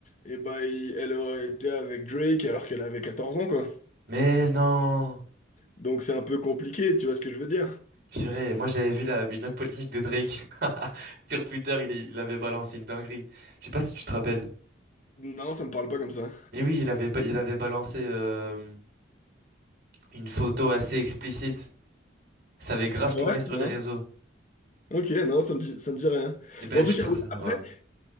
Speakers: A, on the left; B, on the right.
A: Et bah, il- elle aurait été avec Drake alors qu'elle avait 14 ans, quoi.
B: Mais non!
A: Donc c'est un peu compliqué, tu vois ce que je veux dire?
B: Purée, moi j'avais vu la, une autre polémique de Drake. <laughs> Sur Twitter, il, est- il avait balancé une dinguerie. Je sais pas si tu te rappelles.
A: Non, ça me parle pas comme ça.
B: Mais oui, il avait, ba- il avait balancé euh, une photo assez explicite. Ça avait grave
A: Ah
B: tourné
A: ouais?
B: sur
A: Non?
B: les réseaux.
A: Ok, non, ça me dit, ça me dit rien.
B: Eh ben,
A: Mais en
B: tu
A: tout cas,
B: te renseigneras.
A: ouais, après,